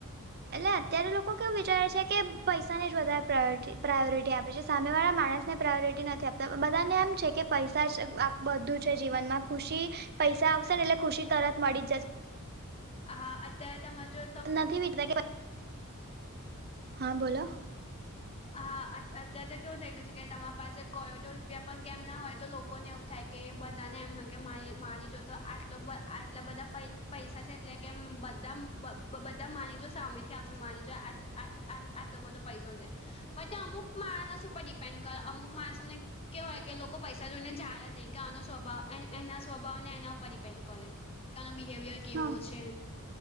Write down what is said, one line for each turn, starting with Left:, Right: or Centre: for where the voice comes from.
Right: એટલે અત્યારે લોકો કેવું વિચારે છે કે પૈસાને જ વધારે પ્રાયોરટી પ્રાયોરિટી આપે છે સામેવાળા માણસને. પ્રાયોરિટી નથી આપતા બધાને એમ છે કે પૈસા જ આ બધું છે જીવનમાં ખુશી પૈસા આવશે ને એટલે ખુશી તરત મળી જશે
Left: હા તમારે જો
Right: નથી વિટતા કે હા બોલો
Left: હા અત્યારે તો કેવું થઈ ગયું છે કે તમારા પાસે કરોડો રૂપિયા પણ કેમ ના હોય તો લોકોને એવું થાય કે બધા ને એમ હોય કે મારી મારી જોડે તો આટ આટલા બધા પૈસા છે એટલે કેમ બધા બધા માની જોડે તો સામેથી આવશે મારી જોડે આ આટલો બધો પૈસો છે બધુ અમુક માણસ ઉપર ડિપેન્ડ કરે અમુક માણસોને કે હોય કે લોકો પૈસા જોઈને જાય જ નહીં કે આનો સ્વભાવ એના સ્વભાવ ને એના ઉપર ડિપેન્ડ કરે કે આનો બિહેવિયર કેવો
Right: હા
Left: છે